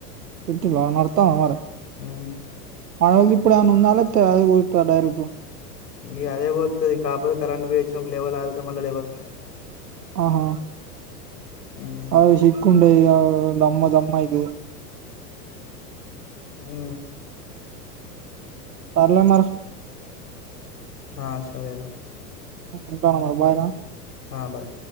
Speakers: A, on the right (about 75°); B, on the left (about 80°).
A: చట్టలో నతాన్న మర
B: హ్మ్.
A: మన ఇప్పుడు ఏమనా ఉందాల అదే పోా డైరెక్ట్
B: ఇ అదే పోంది కాకపోతే కరెంట్ పో వచ్చినప్పుడు లేవర్ ఆగితే మళ్ళీ లేవర్ పోయాలి
A: ఆహా
B: ఉమ్
A: అద చిక్ండ ఈ దమ్మ దమ్ ఇది
B: ఉ
A: పర్లే మరి
B: ఆ సరేరా
A: ఉంటానా మరి భాయగా
B: ఆా బాయ్